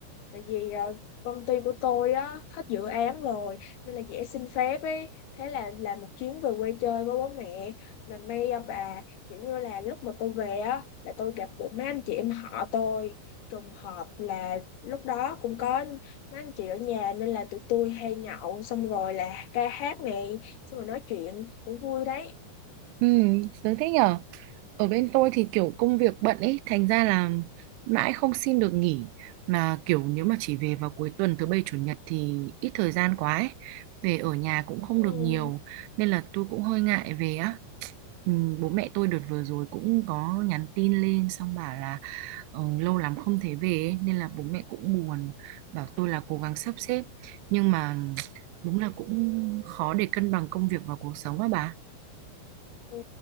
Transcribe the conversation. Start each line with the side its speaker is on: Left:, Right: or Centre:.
Left: tại vì ờ, công ty của tôi á hết dự án rồi nên là dễ xin phép ấy thế là làm một chuyến về quê chơi với bố mẹ mà may à bà kiểu như là lúc mà tôi về á là tôi gặp được mấy anh chị em họ tôi trùng hợp là lúc đó cũng có mấy anh chị ở nhà nên là tụi tôi hay nhậu xong rồi là ca hát này xong rồi nói chuyện cũng vui đấy
Right: Ừ, sướng thế nhở. Ở bên tôi thì kiểu công việc bận ấy, thành ra là mãi không xin được nghỉ. Mà kiểu nếu mà chỉ về vào cuối tuần thứ bảy chủ nhật thì ít thời gian quá ấy. Về ở nhà cũng không
Left: Ừ.
Right: được nhiều. Nên là tôi cũng hơi ngại về á. Ừ, bố mẹ tôi đợt vừa rồi cũng có nhắn tin lên xong bảo là ờ, lâu lắm không thấy về ấy, nên là bố mẹ cũng buồn bảo tôi là cố gắng sắp xếp nhưng mà đúng là cũng khó để cân bằng công việc và cuộc sống á bà
Left: Ừ.